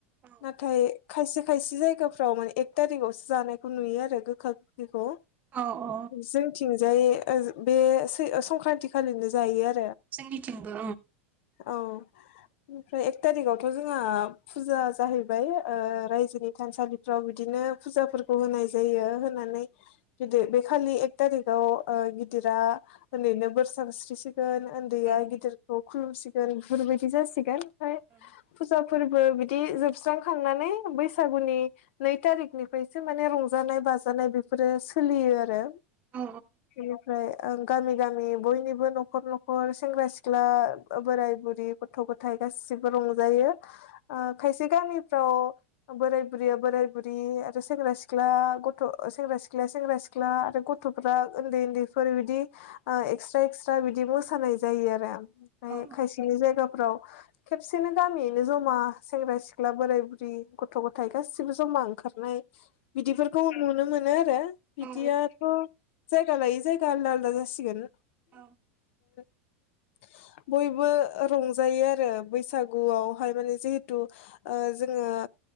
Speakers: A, on the right (about 20°); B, on the left (about 60°).
A: औ
B: नाथाय खायसे खायसे जायगाफोराव माने एक थारिकावसो जानायखौ नुयो आरो गोखा गोखै खौ।
A: औ औ
B: जोंथिंजाय बे संक्रान्ति खालिनो जायो आरो।
A: सिनिथिंबो
B: औ ओमफ्राय एक थारिकावथ' जोंहा फुजा जाहैबाय रायजोनि थानसालि फ्राव बिदिनो फुजाफोरखौ होनाय जायो होनानै गिदिर बे खालि एक थारिकाव गिदिरा ओरैनो बोरस्रा स्रि सो उन्दैया
A: औ
B: गिदिरखौ खुलुमसिगोन बेफोरबायदि जासिगोन ओमफ्राय
A: औ
B: फुजा फोरबो बिदि जोबस्रांखांनानै बैसागुनि नै थारिकनिफ्रायसो माने रंजानाय बाजानाय बेफोरो सोलियो आरो।
A: औ
B: बेनिफ्राय गामि गामि बयनिबो न'खर न'खर सेंग्रा सिख्ला बोराय बुरि गथ' गथाय गासिबो रंजायो खायसे गामिफ्राव बोराइ बुरैया बोराइ बुरि आरो सेंग्रा सिख्ला गथ' सेंग्रा सिख्ला सेंग्रा सिख्ला आरो गथ'फ्रा उन्दै उन्दै फोर बिदि एक्सट्रा एक्सट्रा बिदि मोसानाय जायो आरो। ओ
A: औ
B: खायसेनि जायगाफ्राव खेबसेनो गामियैनो ज'मा सेंग्रा सिख्ला बोराय बुरै गथ' गथाय गासिबो ज'मा ओंखारनाय बिदिफोरखौ नुनो मोनो आरो बिदियाथ'
A: औ
B: जायगा लायै जायगा आलदा आलदा जासिगोन
A: औ
B: <unintelligible> बयबो रंजायो आरो बैसागुआवहाय माने जिहेथु ओ जोङो ओ